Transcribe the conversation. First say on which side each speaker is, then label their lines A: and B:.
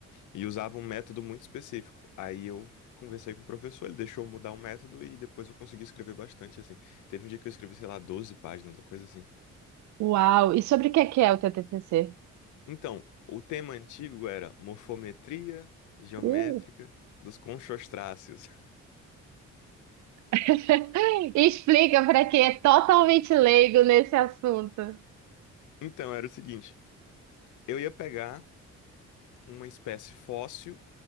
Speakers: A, on the left (about 75°); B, on the right (about 70°).
A: e usava um método muito específico. Aí eu conversei com o professor, ele deixou eu mudar o método e depois eu consegui escrever bastante, assim. Teve um dia que eu escrevi, sei lá, doze páginas, uma coisa assim.
B: uau! E sobre o que é que é o teu TCC?
A: Então, o tema antigo era morfometria geométrica
B: Uh.
A: dos conchostráceos. <laughs>
B: <laughs> Explica para quem é totalmente leigo nesse assunto.
A: Então, era o seguinte. Eu ia pegar uma espécie fóssil